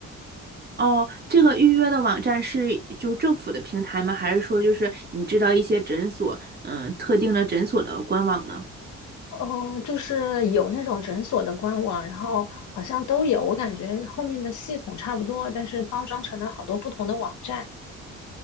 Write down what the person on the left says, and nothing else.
哦，就是有那种诊所的官网，然后好像都有，我感觉后面的系统差不多，但是包装成了好多不同的网站。